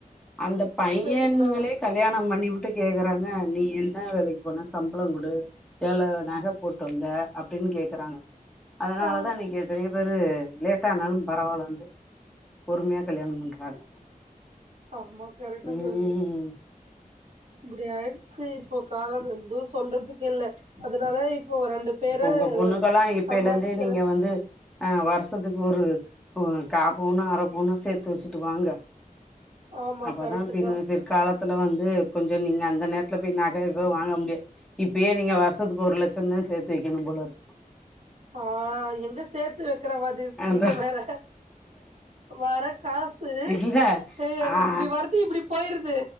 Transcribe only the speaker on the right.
சரிங்களா
ஆ
ஆமா கரட்டா
சொல்லு இப்படி ஆயிடுச்சு இப்போ காலம் என்று சொல்றதுக்கு இல்ல அதனால இப்போ ரெண்டு பேரு
சம்பாதிக்கிற
ஆமா
கரெக்ட்
தா
ஆ எங்க சேர்த்து வக்கிற மாதிரி இருக்கு
நீங்க வேற வர காசு
அ
இப்டி வருது இப்டி போயிருது